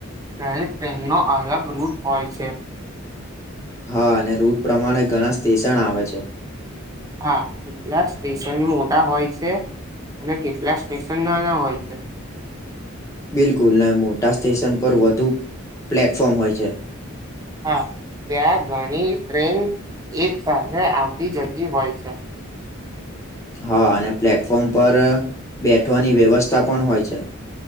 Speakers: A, on the right (about 15°); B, on the left (about 15°).
A: દરે ટનનો અલગ રૂપ હોય છે
B: હા અને રૂટ પ્રમાણે ઘણા સ્ટેશન આવે છે
A: હા એટલા સ્ટેશન મોટા હોય છે અને કેટલા સ્ટેશન નાના હોય છે
B: બિલકુલ મોટા સ્ટેશન પર વધુ પ્લેટફોર્મ હોય છે
A: હા ત્યાં ઘણી ટ્રેન એક સાથેે આવતી જતી હોય છે
B: હા અને પ્લેટફોર્મ પર બેઠવાની વ્યવસ્થા પણ હોય છે